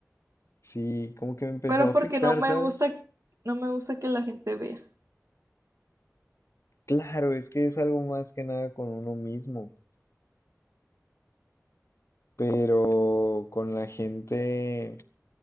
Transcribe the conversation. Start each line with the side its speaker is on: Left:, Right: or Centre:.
Left: Sí, como que me empezó
Right: pero
Left: a
Right: porque
Left: afectar,
Right: no me
Left: ¿sabes?
Right: gusta, no me gusta que la gente vea.
Left: Claro, es que es algo más que nada con uno mismo, pero con la gente